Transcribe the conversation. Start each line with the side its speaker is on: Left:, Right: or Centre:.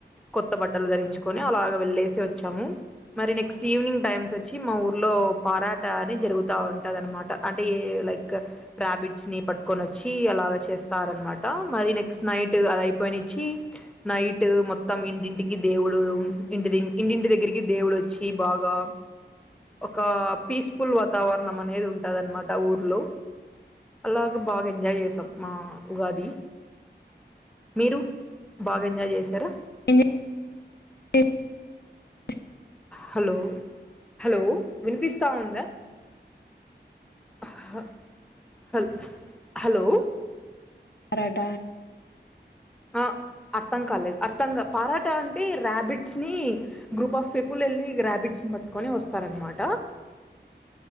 Centre: కొత్త బట్టలు ధరించుకొని అలాగ వెళ్లేేసి వచ్చాము మరి నెక్స్ట్ ఈవినింగ్ టైమ్స్ వచ్చి మా ఊ లో పరాట అని జరుగుతూ ఉంటుంది అనమాట అంటే లైక్ రాబిట్స్ ని పట్టుకొని వ చ్చి అలాగా చేస్తార అనమాట మరి నెక్స్ట్ నైట్ అది పోయ్నిచ్చి నైట్ మొత్తం ఇంటింటికి దేవుడు ఇంటి ఇంటింటి దగ్గరి దేవుడొచ్చి బాగా ఒక పీస్ఫుల్ వాతావరణం అనేది ఉంటది అనమాట ఊర్లో అలాగ బాగా ఎంజాయ్ చేసాం మా ఉగాది మీరు బాగా ఎంజాయ్ చేశారా
Left: ఎంజా <inaudible> ఎ <inaudible>
Centre: హలో హలో వినిపిస్తా ఉందా అ హ హల్ హలో
Left: పరాట
Centre: అ అర్ధం కాలేదు అర్ధంగా పారాట అంటే ర్యాబిట్స్ని గ్రూప్ ఆఫ్ పీపుల్ ఎళ్ళి ర్యాబిట్స్ పట్టుకొని వస్తారు గఅన్నమాట